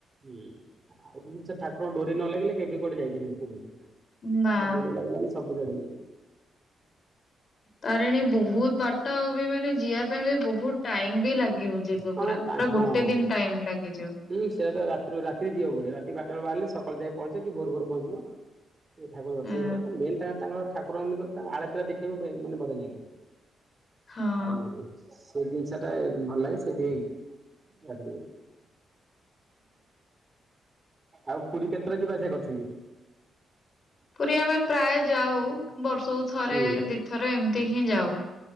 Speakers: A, on the right; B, on the left.
A: ହୁଁ ଆଉ ଗୋଟେ ଜିନିଷ ଠାକୁରଙ୍କ ଡୋରି ନ ଲାଗିଲେ କେବେ କୁଆଡେ ଯାଇ ପାରିବେନି <unintelligible>
B: ନା
A: ଆରେ ଡୋରୀ ଲାଗିଲାନି ସବୁ ଜଡେଇବି।
B: ତାରିଣୀ ବହୁତ ବାଟ ଆଉ ବି ମାନେ ଯିଆ ପାଇଁ ବି ବହୁତ ଟାଇମ ବି ଲାଗେ। କେମ ଯିବୁ
A: ହଁ
B: ପୁରା
A: ତା
B: ପୁରା
A: ହଁ
B: ଗୋଟେ
A: ହଁ
B: ଦିନ ଟାଇମ ଲାଗିଯିବ।
A: ହୁଁ ସେଆଟ ରାତିରୁ ରାତିରେ ଯିବ ବଧେ ରାତି ବାରଟା ବାହାରିଲେ ସକାଳ ଯାଇ ପହଞ୍ଚିବ କି ଭୋର ଭୋର ପହଞ୍ଚିବ ଏଇ ଠାକୁର ଦର୍ଶନ
B: ଏଁ
A: କର ମେନ୍ <unintelligible> ତାଙ୍କର ଠାକୁର ମାନଙ୍କ ତା ଆଳତିରା ଦେଖିବାକୁ ବେ ମାନେ ବଢିଆ ଲାଗେ
B: ହଁ।
A: ଆଉ ସେଇ ଜିନିଷ ଟା ଭଲ ଲାଗେ ସେଠି <unintelligible> ଆଉ ପୁରୀ କେତେଥର ଯିବା ଆସିବା କରିଛନ୍ତି?
B: ପୁରୀ ଆମେ ପ୍ରାୟ ଯାଉ ବର୍ଷକୁ ଥରେ
A: ହୁଁ
B: ଦି ଥରେ ଏମିତି ହିଁ ଯାଉ